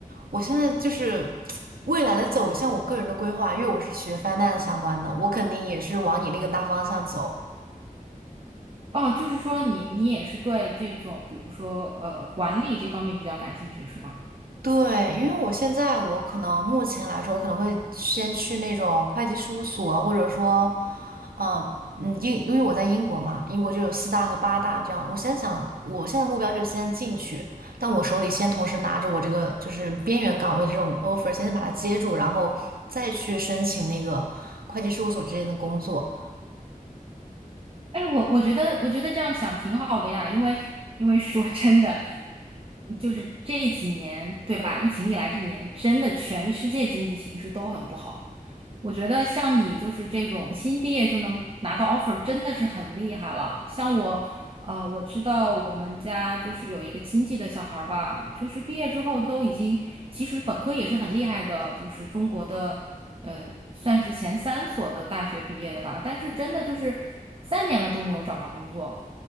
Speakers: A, on the right; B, on the right.
A: 我现在就是未来的走向，我个人的规划，因为我是学 finance 相关的，我肯定也是往你那个大方向走。
B: 哦，就是说你你也是对这种，比如说呃管理这方面比较感兴趣是吗？
A: 对，因为我现在我可能目前来说，我可能会先去那种会计事务所，或者说，呃，嗯，英，因为我在英国嘛，英国就有四大和八大这样。我先想，我现在目标就是先进去，但我手里先同时拿着我这个就是边缘岗位这种 offer，先把它接住，然后再去申请那个会计事务所之间的工作
B: 哎，我我觉得，我觉得这样想挺好的呀，因为因为说真的，就是这几年，对吧？疫情以来这几年，真的全世界经济形势都很不好。我觉得像你就是这种新毕业就能拿到 offer，真的是很厉害了。像我，呃，我知道我们家就是有一个亲戚的小孩儿吧，就是毕业之后都已经，其实本科也是很厉害的，就是中国的。呃，算是前三所的大学毕业的吧，但是真的就是三年了都没有找到工作，